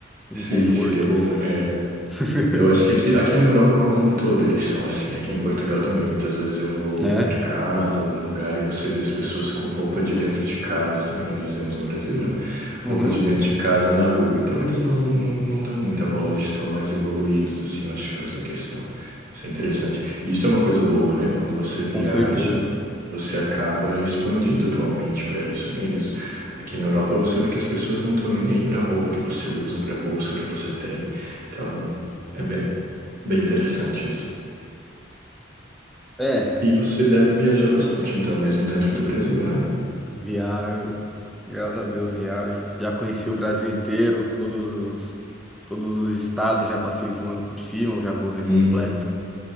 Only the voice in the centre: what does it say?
um
conforto.
<laughs>
Né?
Uhum.
Com certeza.
É,
viajo. Graças a Deus viajo. Já conheci o Brasil inteiro, todos os todos os estados, já passei voando por cima, eu já pousei
completo.